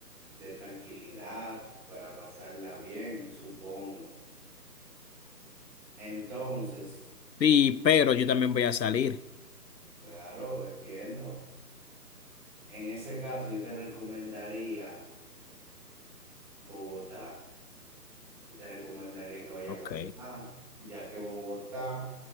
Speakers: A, in the centre; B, on the left (about 85°).
A: de tranquilidad, para pasarla bien, supongo. Entonces,
B: Sí, pero yo también voy a salir.
A: claro, entiendo. En ese caso, yo te recomendaría Bogotá. Yo te recomendaría que vaya
B: Ok,
A: a Bogotá, ya que Bogotá,